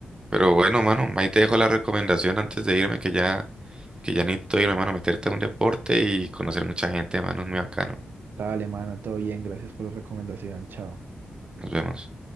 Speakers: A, on the right (about 25°); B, on the right (about 80°).
A: Pero bueno, mano, ahí te dejo la recomendación antes de irme que ya... Que ya necesito irme, mano, meterte a un deporte y conocer mucha gente, mano, es muy bacano.
B: Dale, mano, todo bien, gracias por la recomendación, chao.
A: Nos vemos.